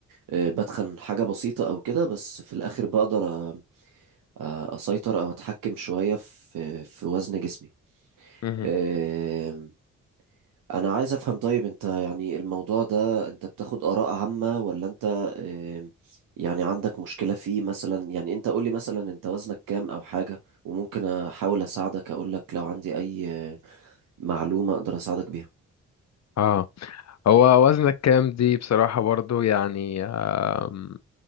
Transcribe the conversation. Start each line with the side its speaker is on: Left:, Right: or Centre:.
Right: أه بدخن حاجه بسيطه او كده بس في الاخر بقدر آه، آه، اسيطر او اتحكم شويه في في وزن جسمي
Left: مهم.
Right: آم، انا عايز افهم طيب انت يعني الموضوع ده انت بتاخد اراء عامه ولا انت آم، يعني عندك مشكله فيه مثلا يعني انت قولي مثلا انت وزنك كام او حاجه وممكن احاول اساعدك اقول لك لو عندي اي آه، معلومه اقدر اساعدك بيها
Left: اه هو وزنك كام دي بصراحة برضو يعني آم،